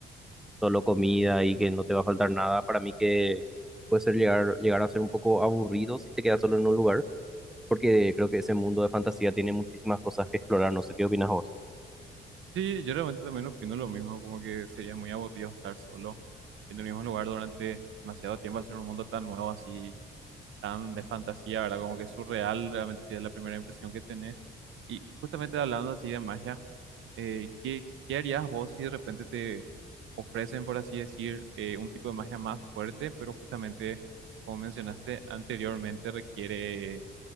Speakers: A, in the centre; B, on the right (about 80°).
A: solo comida y que no te va a faltar nada, para mí que puede ser llegar, llegar a ser un poco aburrido si te quedas solo en un lugar. porque creo que ese mundo de fantasía tiene muchísimas cosas que explorar, no sé qué opinas vos.
B: Sí, yo realmente también opino lo mismo, como que sería muy aburrido estar solo en el mismo lugar durante demasiado tiempo al ser un mundo tan nuevo, así, tan de fantasía, ¿verdad? Como que es surreal, realmente sería la primera impresión que tenés. Y justamente hablando así de magia, eh, ¿qué, qué harías vos si de repente te ofrecen, por así decir, eh, un tipo de magia más fuerte, pero justamente, como mencionaste anteriormente, requiere